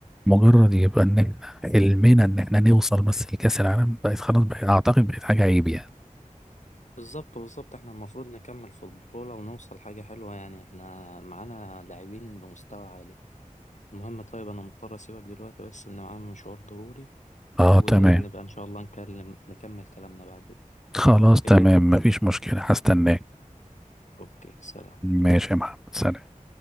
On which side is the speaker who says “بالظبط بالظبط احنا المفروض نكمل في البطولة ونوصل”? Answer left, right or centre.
Left